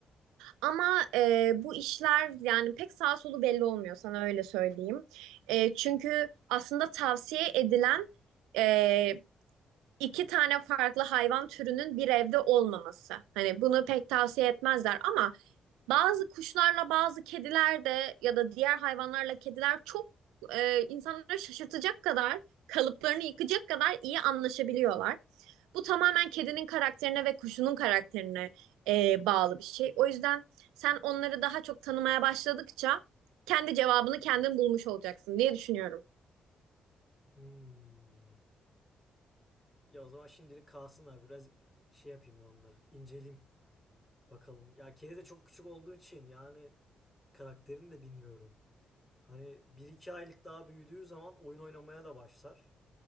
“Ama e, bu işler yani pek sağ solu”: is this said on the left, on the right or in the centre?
Right